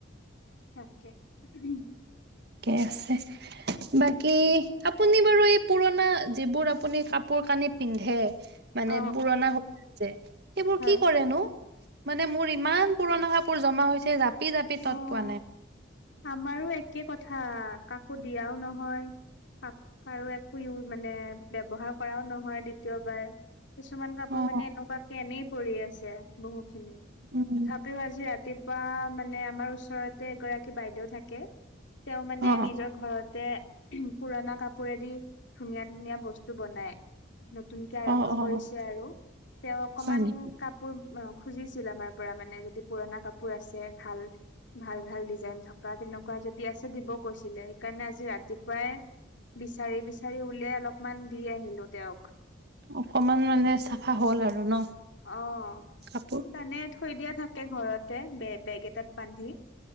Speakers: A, on the left; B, on the right.
A: তাকে, উমহ।
B: ঠিকে আছে। বাকী আপুনি বাৰু এই পুৰণা যিবোৰ আপুনি কাপোৰ কাপোৰ - কানি পিন্ধে মানে
A: অ
B: পুৰণা হয় যে, সেইবোৰ
A: হয়
B: কি কৰেনো? মানে মোৰ ইমান পুৰণা কাপোৰ জমা হৈছে জাপি -জাপি তত
A: অঁ,
B: পোৱা নাই।
A: আমাৰো একে কথা কাকো দিয়াওঁ নহয় শাক আৰু একো ইউ মানে ব্যৱহাৰ কৰাও নহয় দ্বিতীয়বাৰ কিছুমান কাপোৰ
B: অ',
A: মানে এনেকুৱাকে এনেই পৰি আছে বহুখিনি,
B: উম,
A: তথাপিও আজি ৰাতি পুৱা মানে আমাৰ ওচৰতে এগৰাকী বাইদেউ থাকে। তেওঁ মানে
B: অ',
A: নিজৰ ঘৰতে, উমহ পুৰণা কাপোৰেদি ধুনীয়া ধুনীয়া বস্তু বনাই। নতুনকে আৰম্ভ
B: অ',
A: কৰিছে
B: অ',
A: আৰু তেওঁ অকমান
B: হয় নেকি?
A: কাপোৰ অ খুজিছিল আমাৰ পৰা মানে যদি পুৰণা কাপোৰ আছে ভাল ভাল ভাল ডিজাইন থকা তেনেকুৱা কুৱা যদি আছে দিব কৈছিলে। সেইকাৰণে আজি ৰাতিপুৱাই বিচাৰি বিচাৰি উলিয়াই অলপমান দি আহিলো তেওঁক।
B: অকমান মানে চাফা হ'ল আৰু ন।
A: অঁ
B: কাপোৰ?
A: মানে থৈ দিয়া থাকে ঘৰতে বে বেগ এটাত বান্ধি।